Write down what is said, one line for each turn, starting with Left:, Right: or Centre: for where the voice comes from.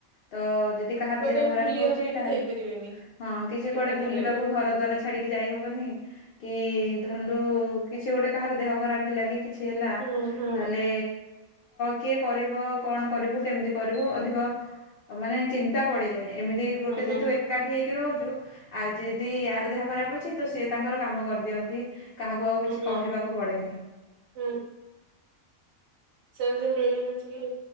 Left: ତ ଯଦି କାହାର
Right: କୁଆଡେ
Left: ଦେହ ଖରାପ
Right: ବୁଲିବା
Left: ହଉଛି
Right: ପାଇଁ
Left: ତାହେଲେ।
Right: ବି ଯାଇପାରିବେନି
Left: ହଁ କିଛି କୁଆଡେ
Right: ଏକାଠି
Left: ବୁଲିବାକୁ
Right: ରହିଲେ।
Left: ଘର ଦ୍ୱାର ଛାଡିକି ଯାଇ ହବନି କି ଧରନ୍ତୁ । କିଛି ଗୋଟେ କାହାର ଦେହ ଖରାପ ହେଲା, କି କିଛି ହେଲା,
Right: ହୁଁ ହୁଁ
Left: ତାହଲେ କିଏ କରିବ? କଣ କରିବୁ, କେମିତି କରିବୁ, ଅଧିକ ମାନେ ଚିନ୍ତା ପଡିଯାଏ । ଏମିତି ଗୋଟେ
Right: ଆଜ୍ଞା
Left: ଯେହତୁ ଏକାଠି ହେକି ରହୁଛୁ, ଆଉ ଯଦି ୟାର ଦେହ ଖରାପ ଅଛି, ତ ସିଏ ତାଙ୍କର କାମ କରିଦିଅନ୍ତି । କାହାକୁ ଆଉ କିଛି
Right: ଆଜ୍ଞା
Left: କହିବାକୁ ପଡେନି ।
Right: ହୁଁ । ସେମିତି ମିଳିମିଶିକି